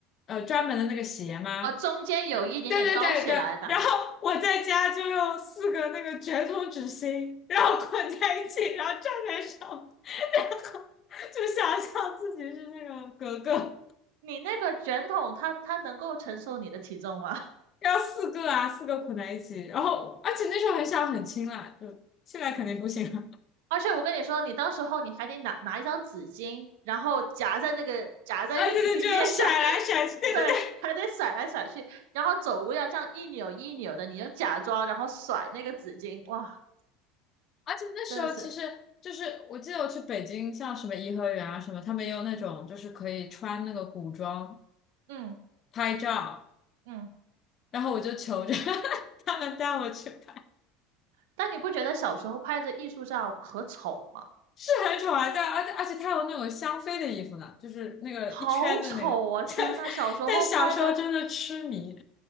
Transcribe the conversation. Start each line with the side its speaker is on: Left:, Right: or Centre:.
Left: 呃专门的那个鞋吗？
Right: 哦，中间有一点点高起来的。
Left: 然对对对对，然后我在家就用四个那个卷筒纸芯，然后捆在一起，然后站在上面。<laughs> 就想象自己是那个格格，
Right: 你那个卷筒它，它能够承受你的体重吗？<laughs>
Left: 要四个啊，四个捆在一起，然后而且那时候很小很轻啦，就现在肯定不行了。
Right: 而且我跟你说，你当时候你还得拿拿一张纸巾，然后夹在那个夹在那个腋下，
Left: 啊，对对，就要甩来甩去，
Right: <laughs>
Left: 对对对。
Right: 对，还得甩来甩去，然后走路要这样一扭一扭的，你就假装然后甩那个纸巾，哇，
Left: 而且那时候其实就是，
Right: 真的是，
Left: 我记得我去北京，像什么颐和园啊什么，他们也有那种就是可以穿那个古装
Right: 嗯
Left: 拍照，
Right: 嗯。
Left: 然后我就求着 <laughs> 他们带我去拍，
Right: 但你不觉得小时候拍的艺术照可丑吗？
Left: 是很丑啊，但而且而且他有那种香妃的衣服呢，就是那个一圈的那个，
Right: 好丑啊！
Left: <laughs>
Right: 天呐，
Left: 但
Right: 小时候拍的
Left: 但小时候真的痴迷，